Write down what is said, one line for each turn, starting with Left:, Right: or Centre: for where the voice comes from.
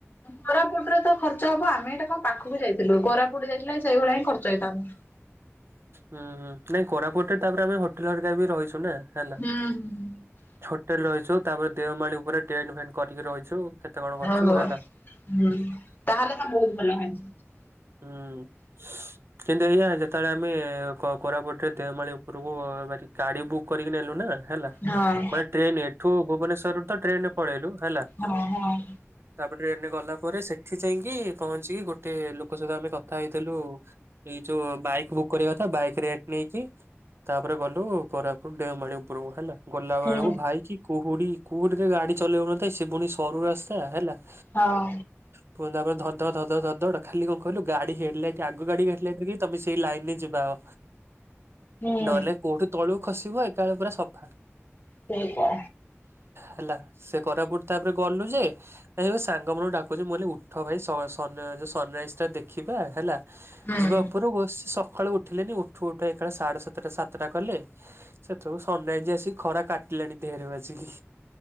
Left: କୋରାପୁଟରେ ତ ଖର୍ଚ୍ଚ ହବ ଆମେ ଏଇଟା କଣ ପାଖକୁ ଯାଇଥିଲୁ କୋରାପୁଟ କ ସେଇଭଳିଆ ହି ଖର୍ଚ୍ଚ ହେଇଥାଆନ୍ତା।
Right: ହୁଁ ହୁ ନାଇଁ କୋରାପୁଟରେ ତାପରେ ଆମେ ହୋଟେଲ ହରିକ ବି ରହିଛୁ ନା। ହେଲା
Left: ହୁଁ ହୁଁ।
Right: ହୋଟେଲ ରହିଛୁ ତାପରେ ଦେଓମାଳି ଉପରେ ଟେଣ୍ଟ ଫେଣ୍ଟ କରିକି ରହିଛୁ। କେତେ କଣ କରିଛୁ
Left: ଓ ହୋ
Right: ହେଲା।
Left: ହୁଁ ତାହେଲେ ତ ବୋହୁତ ଭଲ ହେଇଚି। <inaudible>
Right: ହୁଁ। କିନ୍ତୁ ଆଜ୍ଞା ଯେତେବେଳେ ଆମେ କୋ କୋରାପୁଟରେ ଦେଓମାଳି ଉପୁରୁକୁ ଗା ଗାଡି ବୁକ୍ କରିକି ନେଲୁ ନା। ହେଲା
Left: ହଁ।
Right: ମାନେ ଟ୍ରେନ ଏଠୁ ଭୁବନେଶ୍ୱରରୁୁ ତ ଟ୍ରେନରେ ପଳେଇଲୁ। ହେଲା
Left: ହଁ ହଁ।
Right: ତାପରେ ଟ୍ରେନରେ ଗଲା ପରେ ସେଠି ଯାଇକି ପହଞ୍ଚିକି ଗୋଟେ ଲୋକ ସହିତ ଆମେ କଥା ହେଇଥେଲୁ ଏଇ ଯୋଉ ବାଇକ୍ ବୁକ୍ କରିବା କଥା ବାଇକ୍ ରେଟ ନେଇକି। ତାପରେ ଗଲୁ କୋରାପୁଟ ଡେଓମାଳି ଉପୁରୁକୁ ହେଲା। ଗୋଲାବେଳୁକୁ
Left: ହୁଁ
Right: ଭାଇ କିି କୁହୁଡି କୁହୁଡିରେ ଗାଡି ଚଲେଇ ହଉ ନଥାଏ ସେ ପୁଣି ସରୁ ରାସ୍ତା ହେଲା। ଆରେ
Left: ହଁ
Right: ପୁଣି ତାପରେ ଧଡ ଧଡ ଧଡ ଧଡ ଧଡ ଧଡ ଖାଲି କଣ କହିଲୁ ଗାଡି ହେଡ ଲାଇଟ୍ ଆଗ ଗାଡିକି ହେଡ ଲାଇଟ୍ ଦେଖେଇଚି ତମେ ସେଇ ଲାଇନରେ ଯିବା ଅ।
Left: ହୁଁ
Right: ନହେଲେ କୋଉଠୁ ତଳକୁ ଖସିବ ଏକାବେଳେ ପୁରା ସଫା।
Left: ସେଇଟା
Right: ହେଲା ସେ କୋରାପୁଟ ତାପରେ ଗଲୁ ଯେ ଅନେଇଲୁ ସାଙ୍ଗମାନଙ୍କୁ ଡାକୁଚି ମୁଁ କହିଲି ଉଠ ଭାଇ ସମ୍ ଶ ସନ୍ ରାଇଜଟା ଦେଖିବା ହେଲା
Left: ହୁଁ।
Right: ଯିବା ଉପରକୁ ସେ ସ କାଳୁ ଉଠିଲେନି ଉଠୁ ଉଠୁ ଏକାବେଳେ ସାଢେ ସାତଟା ସାତଟା କଲେ ସେତେବେଳୁକୁ ସନ୍ ରାଇଜ ଆସିକି ଖରା କାଟ ଲାଣି ଦେହରେ ବାଜିକି।